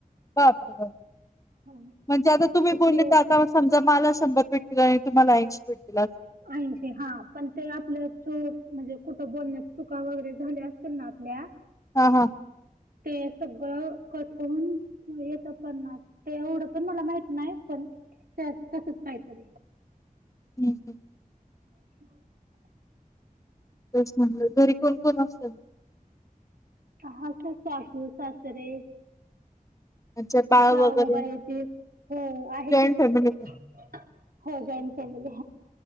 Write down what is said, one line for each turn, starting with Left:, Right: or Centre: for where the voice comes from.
Left: बा बरबर
Right: हा.
Left: म्हणजे आता तुम्ही
Right: ते
Left: बोलले
Right: क्रिएशन
Left: तर आता समजा मला शंभर पेटीला आहे. तुमला ऐंशी भट.
Right: ऐशी हा पण ते आपलं. चो म्हणजे कुठं बोलण्यात चुका वगैरे झाल्या असत ना आपल्या
Left: हा हा.
Right: ते सगळं कठून येत पणना ते एवढं पण मला माहित नाही पण त्या तसच काहीतरी
Left: हम् हम्
Right: होम्
Left: तस म्हलं घरी कोण कोण असत
Right: हा ते सासू सासरे
Left: अच्छा बाळ
Right: जाऊ
Left: वगैरे
Right: बाई ते हो आहे
Left: जॉईंट
Right: की
Left: फॅमिली का?
Right: हो जॉईंट फॅमिली हाय